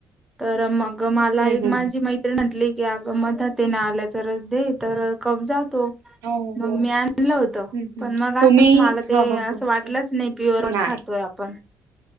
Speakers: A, in the centre; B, on the right.
A: तर मग मला
B: हम्म
A: एक
B: हम्म
A: माझी मै- त्रीण म्हटली की अग मध ते ना आल्याचा रस दे तर कब जातो.
B: हो
A: मग
B: हो
A: मी आणलं होत
B: हम्म हम्म
A: पण मग
B: तुम्ही
A: असं मला ते
B: हा हा
A: असं
B: हा
A: वाटलंच
B: ठीक
A: नाही प्युअर म
B: नाही
A: खातोय आपण, पण <inaudible>